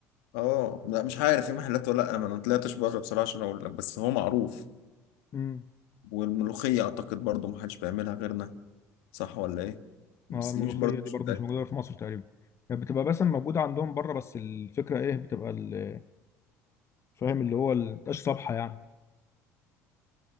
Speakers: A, on the left (about 70°); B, on the left (about 35°).
A: اه لا مش عارف في محلات ولا لا انا ما طلعتش بره بصراحه عشان اقول لك بس هو معروف
B: امم
A: والملوخيه اعتقد برضو ما حدش بيعملها غيرنا صح ولا ايه
B: اه
A: بس
B: الملوخيه
A: دي مش برضو
B: دي
A: مش
B: برضه
A: متاكد
B: مش موجوده في مصر تقريبا يعني بتبقى مثلا موجوده عندهم بره بس الفكره ايه بتبقى ال- فاهم اللي هو ال- مبتبقاش صبحه يعني